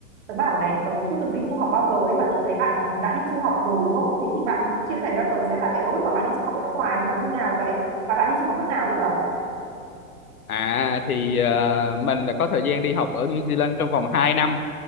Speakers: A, on the right (about 50°); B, on the left (about 80°).
A: Tớ bảo này, tớ chưa từng đi du học bao giờ ấy mà tớ thấy bạn đã đi du học rồi đúng không? Thế thì bạn chia sẻ cho tớ xem là cái lúc mà bạn đi du học ở nước ngoài thì nó như nào vậy? Mà bạn đi du học nước nào ấy nhở?
B: À thì ờ, mình là có thời gian đi học ở New Zealand trong vòng hai năm